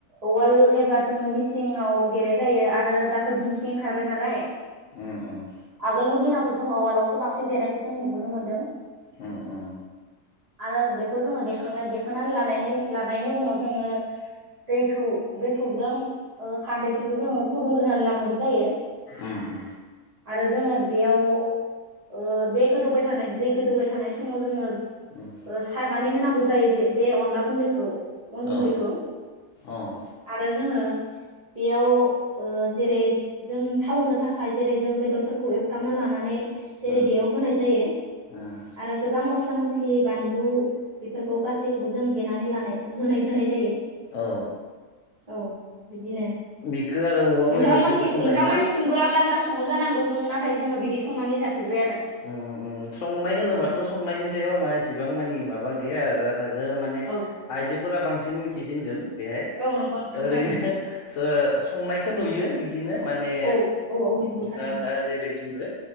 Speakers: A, on the right; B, on the left.
A: औवाल एबा जोङो मिसिङाव देनाय जायो आरो थ दिंखि ओंखारबाय नालाय
B: उम उम
A: आगोलनि दिनाव थ जोङो औवालावसो बांसिन देनायखौ जों नुबोनो मोनदों
B: उम उम
A: आरो बेखौ जोङो देखांनाय दे खांनानै लानायनि लाबायनि उनाव जोङो दैखौ दै खौ जों ओ खारदैखोसो जों फुदुंग्रोनानै लानांगौ जायो
B: ओ ओ
A: आरो जोङो बेयाव ओ बे गोदौबाय थानाय दै गोदौबाय थानाय समाव जोङो ओ
B: उम उम
A: सारनानै होनांगौ जायो जे बे अनला गुन्दैखौ अन
B: औ
A: गुन्दैखौ
B: औ
A: आरो जोङो बेयाव ओ जेरै जों थावनो थाखाय जेरै जोंङ बेदरफोरखौ एवफ्रामना लानानै जेरै
B: उम
A: बेयाव होनाय जायो
B: उम
A: आरो गोबां मस्ला मस्लि बानलु बेफोरखौ गासैखौबो जों देनानै लानाय होनाय होनाय जायो
B: औ
A: औ बिदिनो
B: बिखो आरो औवा
A: नोंथांमोनथिं
B: मेवाइजोंबो संजायोना
A: नोंथांमोननिथिंबो आलदा आलदा सङो जानांगौ जों नाथाय जोङो बिदि संनानै जाफेरबाय आरो
B: ओं संनाय होनोबाथ
A: औ
B: संनायनि सायाव आङो एसेबां मानि माबा गैया हाजाद नाजायो माने
A: औ
B: आइजो फोरा बांसिन मिथिसिनगोन बेहाय
A: औ नंगौ नोंथां
B: ओरैनो
A: थारैनो
B: ओ <unintelligible> संनायखौ नुयो बिदिनो माने
A: औ औ औ नंगौ थारैनो
B: दा दा जेरै बुंदो